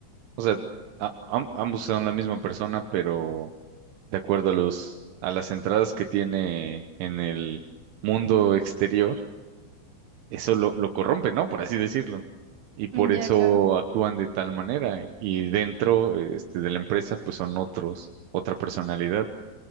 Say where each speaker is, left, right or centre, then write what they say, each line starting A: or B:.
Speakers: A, on the right; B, on the right.
A: O sea, a- am- ambos son la misma persona, pero de acuerdo a los, a las entradas que tiene en el mundo exterior, eso lo, lo corrompe, ¿no? Por así decirlo. Y por
B: Ujú. Ya,
A: eso
B: claro.
A: actúan de tal manera. Y dentro, este, de la empresa, pues son otros, otra personalidad.